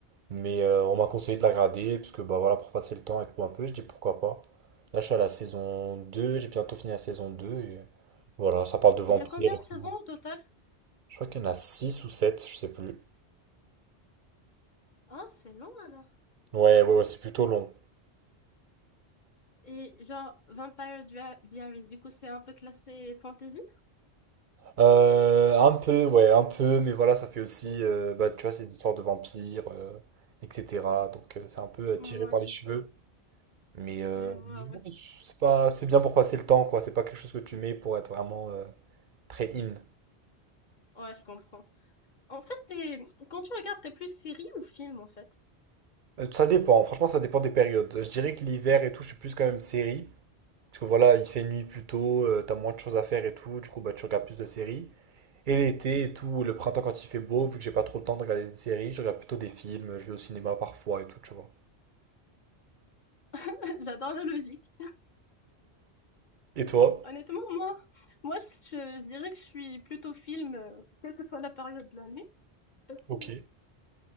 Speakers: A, on the right; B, on the left.
A: Mais euh, on m'a conseillé de la regarder, parce que bah voilà, pour passer le temps et tout un peu, je dis pourquoi pas. Là, je suis à la saison 2. j'ai bientôt fini la saison 2. et voilà, ça parle de vampires
B: Il y a combien
A: et
B: de
A: tout.
B: saisons au total?
A: Je crois qu'il y en a 6 ou 7, je sais plus.
B: Ah, c'est long alors.
A: Ouais, ouais, ouais, c'est plutôt long.
B: Et genre, Vampire Dia- Diaries, du coup, c'est un peu classé fantasy?
A: Euh, un peu, ouais, un peu, mais voilà, ça fait aussi, euh, bah tu vois, c'est une histoire de vampires, euh, etc. Donc euh, c'est un peu euh,
B: Moi
A: tiré par les
B: je
A: cheveux.
B: vois.
A: Mais, euh,
B: Je vois,
A: mais
B: ouais.
A: ouais, c'est pas, c'est bien pour passer le temps, quoi. C'est pas quelque chose que tu mets pour être vraiment euh, très in.
B: Ouais, je comprends. En fait, t'es- quand tu regardes, t'es plus série ou film, en fait?
A: Euh, ça dépend, franchement, ça dépend des périodes. Je dirais que l'hiver et tout, je suis plus quand même série. Parce que voilà, il fait nuit plus tôt, euh, t'as moins de choses à faire et tout, du coup, bah, tu regardes plus de séries. Et l'été et tout, le printemps quand il fait beau, vu que j'ai pas trop le temps de regarder des séries, je regarde plutôt des films, je vais au cinéma parfois et tout, tu vois.
B: <laughs> J'adore la logique.
A: Et toi?
B: Honnêtement, moi, moi, je, je dirais que je suis plutôt film, euh, quelle que soit la période de l'année. Parce que
A: Ok.